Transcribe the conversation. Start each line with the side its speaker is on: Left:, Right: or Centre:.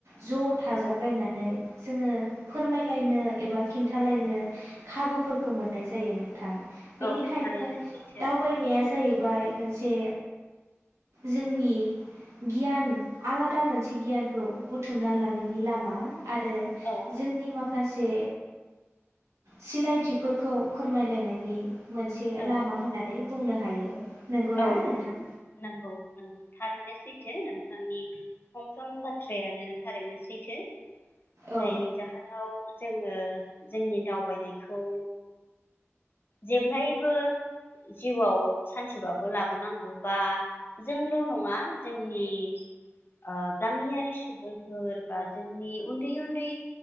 Right: ज' थाजाबलायनानै
Left: औ
Right: जोङो फोरमायलायनो एबा खिन्थालायनो खाबु फोरखौ मोननाय जायो नोंथां। बेनिखायनो
Left: औ थारैनो सैथो
Right: दावबायनाया जाहै बाय मोनसे जोंनि गियान आलादा मोनसे गियानखौ बुथुमनानै लानायनि लामा। आरो
Left: औ
Right: जोंनि माखा माखासे सिनायथिफोरखौ फोरमायलायनायनि मोनसे
Left: औ
Right: लामा होननानै बुंनो हायो। नंगौना
Left: औ नंगौ
Right: नोंथां
Left: नंगौ नंगौ थारैनो सैथो सैथो नोंथांनि फंफ्रोम बाथ्रायानो थारैनो सैथो
Right: औ
Left: जायनि जाहोनाव जोङो जोंनि दावबायनायखौ जेब्लायबो जिउआव सान सेबाबो लाबोनांगौ बा जोंल' नङा जोंनि ओ गामियारि सुबुंफोर बा जोंनि उन्दै उन्दै